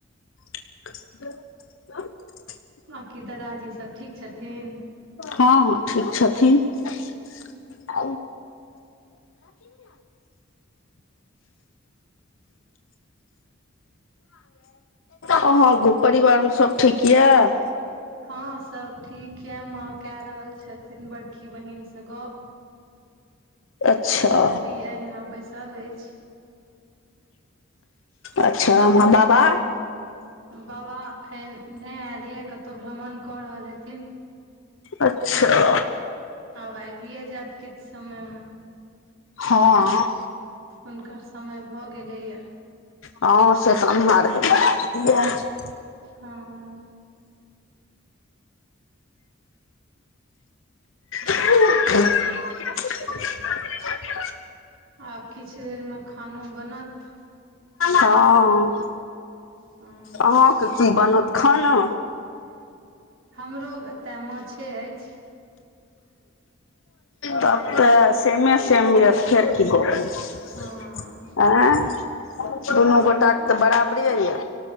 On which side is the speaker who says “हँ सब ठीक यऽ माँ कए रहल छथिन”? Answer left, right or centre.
Right